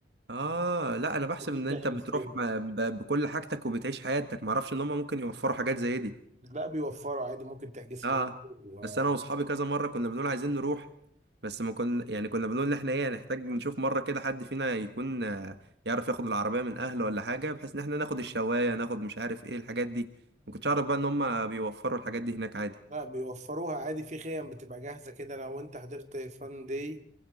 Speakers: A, on the right; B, on the right.
A: اه لا انا بحسب
B: ممكن
A: ان
B: تحجز
A: انت بتروح
B: خيم
A: م- ب- بكل حاجتك وبتعيش حياتك ما اعرفش ان هم ممكن يوفروا حاجات زي دي
B: لا بيوفروا عادي ممكن تحجز خيم
A: اه
B: و-
A: بس انا واصحابي كذا مره كنا بنقول عايزين نروح بس ما كنا يعني كنا بنقول ان احنا ايه نحتاج نشوف مره كده حد فينا يكون آه، يعرف ياخد العربيه من اهله ولا حاجه بحيث ان احنا ناخد الشوايه ناخد مش عارف ايه الحاجات دي ما كنتش اعرف بقى ان هم بيوفروا الحاجات دي هناك عادي
B: لا بيوفروها عادي في خيم بتبقى جاهزه كده لو انت حضرت فان داي